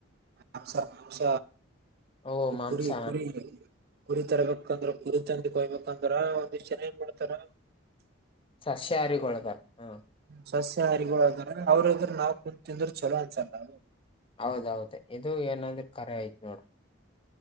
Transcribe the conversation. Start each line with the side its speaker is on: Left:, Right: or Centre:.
Right: ಅಪ್ಸ ಅಸ
Left: ಓ ಮಾಂಸ
Right: ಕುರಿ ಕುರಿ ಕುರಿ ತರಬೇಕಂದ್ರೆ ಕುರಿ ತಂದಕಯ್ಬೇಕು ತಂದ್ರ ಒಂದ್ ಚನ ಏನ್ ಮಾಡ್ತಾರ
Left: ಸಸ್ಯಾರಿ ಗೋಣಕರ್ ಹ
Right: ಸಸ್ಯಹಾರಿಗಳುದ್ರ ಅವ್ರದ್ರ ನಾವವು ಕುಂಡತ್ ತಿಂದ್ರ ಚಲೋ ಅನ್ಸಾರ ನಾವು
Left: ಹೌದೌದ ಇದು ಏನಂದ್ರೆ ಕರೆ ಆಯ್ತ್ ನೋಡ್ರ